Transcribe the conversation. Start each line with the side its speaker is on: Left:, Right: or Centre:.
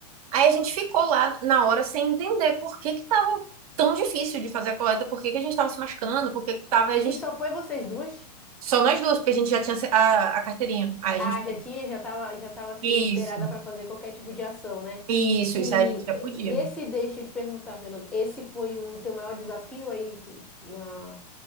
Right: Aí a gente ficou lá na hora sem entender por que que tava tão difícil de fazer a coleta, por que que a gente tava se machucando, por que que tava a gente
Centre: E só foi vocês duas?
Right: só nós duas, porque a gente já tinha a, a carteirinha. Aí
Centre: Ah,
Right: a gente,
Centre: já tinha, já tava, já tava assim,
Right: isso,
Centre: liberada para fazer qualquer tipo de ação, né?
Right: isso,
Centre: E,
Right: isso, aí a gente já podia.
Centre: e esse, deixa eu te perguntar, Fernando, esse foi o teu maior desafio aí na,